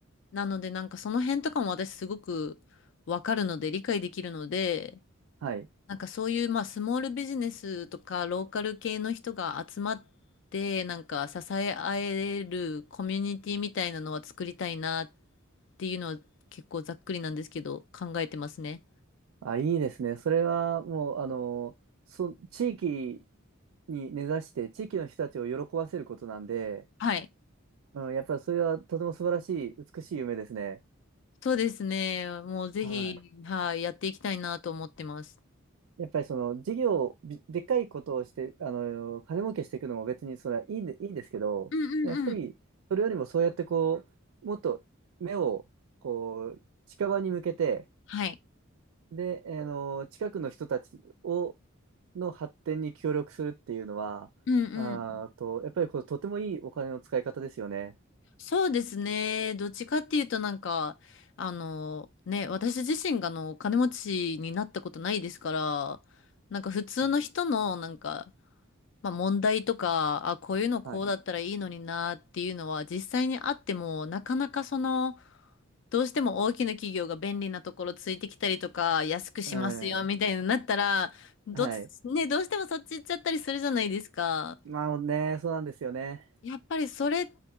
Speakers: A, on the left; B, on the right.
A: なのでなんかその辺とかも私すごくわかるので、理解できるので、
B: はい。
A: なんかそういうまあスモールビジネスとかローカル系の人が集まって、なんか支え合えるコミュニティみたいなのは作りたいなっていうのは結構ざっくりなんですけど、考えてますね。
B: あ、いいですね。それはもう、あの、そ、地域に根ざして、地域の人たちを喜ばせることなんで、
A: はい。
B: うん、やっぱりそれはとても素晴らしい、美しい夢ですね。
A: そうですね。もうぜひ、
B: はい。
A: はい、やっていきたいなと思ってます。
B: やっぱりその事業、びでっかいことをして、あの、金儲けしていくのも別にそれはいいんで、いいんですけど、
A: うんうんうん。
B: やっぱりそれよりもそうやってこう、もっと目をこう、近場に向けて、
A: はい。
B: で、あの、近くの人たちを、の発展に協力するっていうのは、
A: うんうん。
B: あーと、やっぱりこれとてもいいお金の使い方ですよね。
A: そうですね。どっちかっていうとなんか、あの、ね、私自身があの、金持ちになったことないですから、なんか普通の人のなんか、
B: はい。
A: まあ問題とか、あ、こういうのこうだったらいいのになっていうのは実際にあっても、
B: はい。
A: なかなかその、どうしても大きな企業が便利なところついてきたりとか、安くしますよみたいになったら、
B: うん。
A: どっち、
B: はい。
A: ね、どうしてもそっち行っちゃったりするじゃないですか。
B: まあね、そうなんですよね。
A: やっぱりそれ